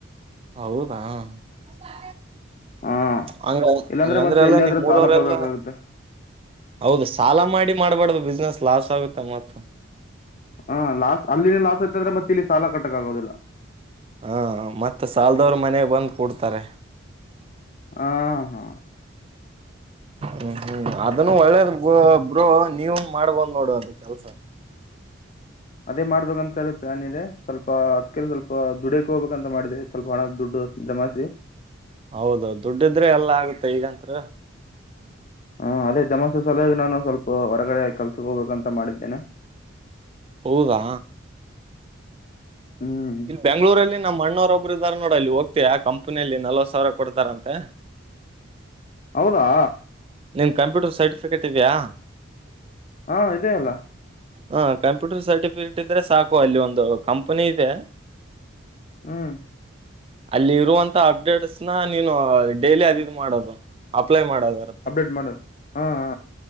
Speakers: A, on the right; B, on the left.
A: ಹೌದಾ ಹ
B: ಹಾ
A: ಹಂಗ
B: ಇಲ್ಲಾಂದ್ರೆ
A: ಹಂಗಂದ್ರೆ
B: ಮತ್ತೆ
A: ಎಲ್ಲಾ
B: ಎಲ್ಲಿಯಾದ್ರೂ
A: ನಿಮ್ ಮೂರವರೆ
B: ಸಾಲ ತಗೋಬೇಕಾಗುತ್ತೆ
A: ಎಲ್ಲ ಹೌದು ಸಾಲ ಮಾಡಿ ಮಾಡ್ಬಾರ್ದು ಬಿಸ್ನೆಸ್ ಲಾಸ್ ಆಗುತ್ತೆ ಮತ್
B: ಹಾ ಲಾಸ್ ಅಲ್ಲಿನ ಲಾಸ್ ಆಐತ ಅಂದ್ರೆ ಮತ್ತೆ ಇಲ್ಲಿ ಸಾಲ ಕಟ್ಟಕ್ ಆಗದಿಲ್ಲ
A: ಹಾ ಮತ್ತ ಸಾಲದವರು ಮನೆಾಗ ಬಂದ್ ಕೂಡ್ತಾರೆ
B: ಹಾ ಹಾ
A: ಹ್ಮ್ ಹ್ಮ್ ಅದನ್ನು ಒಳ್ಳೇದ ಒಬ್ರು ನೀವು ಮಾಡ್ಬೋದ್ ನೋಡು ಅದು ಕೆಲ್ಸ
B: ಅದೇ ಮಾಡ್ಬೇಕಂತ ಹೇಳಿ ಪ್ಲಾನ್ ಇದೆ ಸ್ವಲ್ಪ ಅದ್ಕ ಸ್ವಲ್ಪ ದುಡಕ್ ಹೋಗಬೇಕ ಅಂತ ಮಾಡಿದವಿ ಸ್ವಲ್ಪ ಹಣ ದುಡ್ಡು ಜಮಾಿಸಿ
A: ಹೌದ ದುಡ್ಡಿದ್ರೆ ಎಲ್ಲಾ ಆಗುತ್ತೆ ಈಗಂತ್ರ
B: ಹಾ ಅದೇ ಜಮಸೆ ಸಲಾಗಿ ನಾನು ಸ್ವಲ್ಪ ಹೊರಗಡೆ ಕಲ್ಸ ಹೋಗ್ಬೇಕಂತ ಮಾಡಿದ್ದೇನೆ
A: ಹೌದಾ
B: ಹ್ಮ್
A: ಇಲ್ಲಿ ಬೆಂಗ್ಗಳೂರಲ್ಲಿ ನಮ್ಮ ಅಣ್ಣವರೊಬ್ಬರು ಇದಾರೆ ನೋಡ ಇಲ್ಲಿ ಹೋಗ್ತಿ ಯಾಕೆ <unintelligible> ಕಂಪನಿಯಲ್ಲಿ ನಲ್ವತ್ತು ಸಾವಿರ ಕೊಡ್ತಾರಂತೆ
B: ಹೌದಾ
A: ನಿನ್ನ ಕಂಪ್ಯೂಟರ್ ಸರ್ಟಿಫಿಕೇಟ್ ಇದೆಯಾ
B: ಹಾ ಇದೇ ಅಲ್ಲ
A: ಹ ಕಂಪ್ಯೂಟರ್ ಸರ್ಟಿಫಿಕೇಟ್ ಇದ್ರೆ ಸಾಕು ಅಲ್ಲಿ ಒಂದು ಕಂಪನಿ ಇದೆ
B: ಹ್ಮ್
A: ಅಲ್ಲಿ ಇರುವಂತ ಅಪ್ಡೇಟ್ಸ್ನ ನೀನು ಡೈಲಿ ಅದುದ್ ಮಾಡೋದು ಅಪ್ಲೈ ಮಾಡೋದು ಇರುತ್ತೆ
B: ಅಪ್ಡೇಟ್ ಮಾಡು ಹಾ ಹ